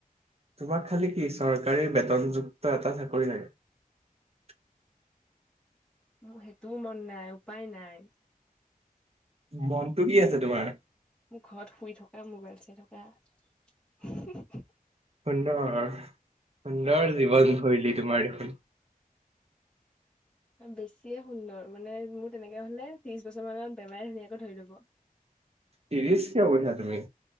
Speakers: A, on the right; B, in the centre.
A: তোমাক খালি কি চৰকাৰী বেতনযুক্ত এটা চাকৰি নাই।
B: সেইটোও মন নাই উপায় নাই।
A: মনটো কি আছে তোমাৰ।
B: মোৰ ঘৰত শুই থকা মোবাইল চাই থকা।
A: সুন্দৰ সুন্দৰ জীৱনশৈলী তোমাৰ দেখোন।
B: বেছিয়ে সুন্দৰ মানে মোৰ তেনেকে হলে ত্ৰিশ বছৰ মানত বেমাৰে ধুনীয়াকে ধৰি লব।
A: তিৰিছ কিয় উঠা তুমি